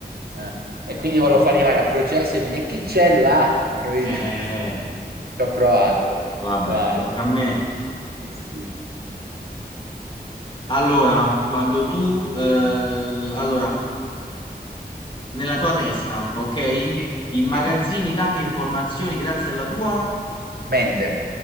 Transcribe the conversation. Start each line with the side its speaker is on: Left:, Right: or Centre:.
Right: eh. E quindi
Left: Vabbè,
Right: volevo far arrivare a processo e mi dice chi c'è là? Capito?
Left: eh,
Right: <laughs>
Left: eh,
Right: Ci ho provato.
Left: vabbè,
Right: Vai.
Left: tocca a me.
Right: Sì, sì.
Left: Allora, quando tu... eh, allora... nella tua testa, ok?
Right: Sì,
Left: Immagazzini
Right: sì.
Left: tante informazioni grazie alla tua...
Right: Mente.